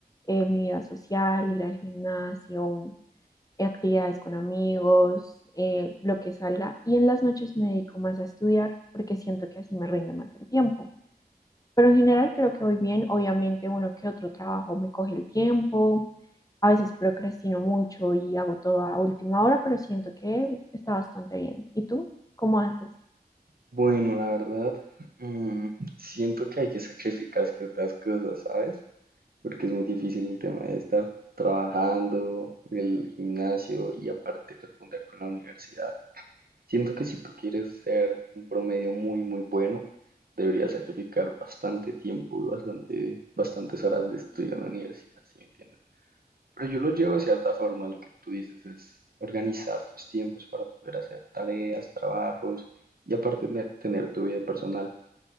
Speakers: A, on the left; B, on the right.
A: eh, mi vida social, ir al gimnasio, eh, actividades con amigos, eh, lo que salga. Y en las noches me dedico más a estudiar, porque siento que así me rinde más el tiempo. Pero en general creo que voy bien. Obviamente uno que otro trabajo me coge el tiempo. A veces procrastino mucho y hago todo a última hora, pero siento que está bastante bien. ¿Y tú? ¿Cómo haces?
B: Bueno, la verdad, mm, siento que hay que sacrificar ciertas cosas, ¿sabes? porque es muy difícil el tema de estar trabajando, el gimnasio y aparte responder con la universidad. Siento que si tú quieres ser un promedio muy, muy bueno, deberías sacrificar bastante tiempo y bastante, bastantes horas de estudio en la universidad, ¿sí me entiendes? Pero yo lo llevo de cierta forma, lo que tú dices es organizar sus tiempos para poder hacer tareas, trabajos y aparte tener, tener tu vida personal.